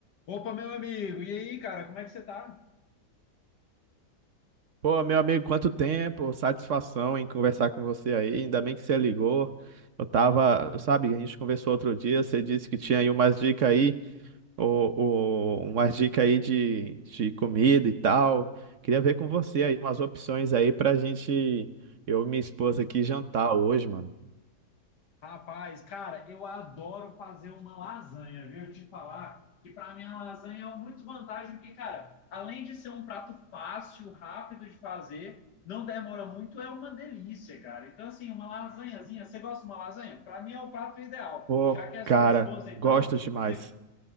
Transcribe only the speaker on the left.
Opa, meu amigo, e aí, cara, como é que você tá?
Rapaz, cara, eu adoro fazer uma lasanha, viu? Eu Te falar que para mim a lasanha é muito vantagem, porque, cara, além de ser um prato fácil, rápido de fazer, não demora muito, é uma delícia, cara. Então, assim, uma lasanhazinha, você gosta de uma lasanha? Para mim é o prato ideal.
Já que é
sua esposa, então,
se